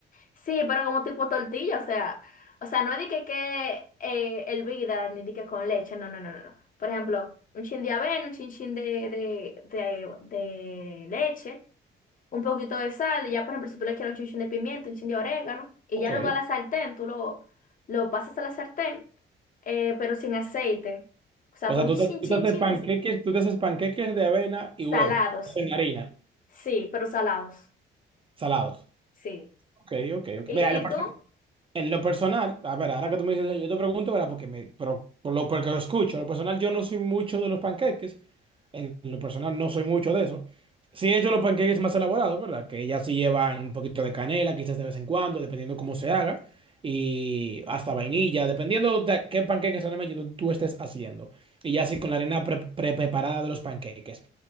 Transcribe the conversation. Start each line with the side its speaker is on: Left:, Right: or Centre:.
Left: Sí, pero como tipo tortilla, o sea, o sea, no es de que, que eh, hervida ni de que con leche, no, no, no, no, no. Por ejemplo, un chin de avena, un chin chin de, de, de, de leche, un poquito de sal, y ya por ejemplo, si tú le quieres un chin chin de pimienta, un chin de orégano, y
Right: Ok.
Left: ya luego a la sartén, tú lo, lo pasas a la sartén, eh, pero sin aceite, o sea,
Right: O
Left: con
Right: sea,
Left: un
Right: tú
Left: chin
Right: te, tú
Left: chin
Right: te haces
Left: chin
Right: panqueques,
Left: de ese-
Right: tú te haces panqueques de avena y huevo.
Left: salados,
Right: En harina,
Left: sí, pero salados,
Right: salados.
Left: sí.
Right: Ok, ok, ok.
Left: ¿Y,
Right: Mira,
Left: y
Right: lo personal.
Left: tú?
Right: En lo personal, a ver, ahora que tú me dices, yo te pregunto, ¿verdad? Porque me, pero por lo, porque lo escucho. En lo personal, yo no soy mucho de los panqueques. En lo personal, no soy mucho de eso. Sí he hecho los panqueques más elaborados, ¿verdad? Que ya sí llevan un poquito de canela, quizás de vez en cuando, dependiendo cómo se haga. Y hasta vainilla, dependiendo de qué panqueques realmente tú, tú estés haciendo. Y ya sí con la arena pre- pre- preparada de los panqueques.